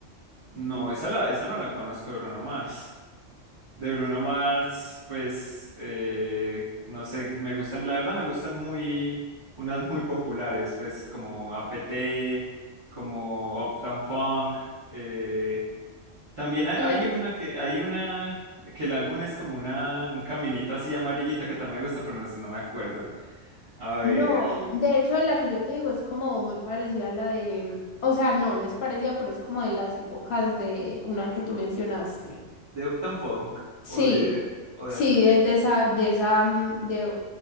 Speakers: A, on the right (about 30°); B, on the left (about 65°).
A: No, esa, la, esa no la conozco, Bruno Mars. De Bruno Mars, pues eh, no sé, me gustan, la verdad me gustan muy, unas muy populares, pues como APT, como Uptown Funk. eh, También hay,
B: L-
A: hay una que, hay una, que el álbum es como una, un caminito así amarillito que también me gusta, pero no sé, no me acuerdo. A ver,
B: No, de hecho la que yo te digo es como muy parecida a la de, mm, o sea, no, no es parecida, pero es como de las épocas de una que tú mencionaste.
A: de Uptown Funk
B: Sí,
A: o de, o de
B: sí,
A: APT.
B: es de esa, de esa, mm, de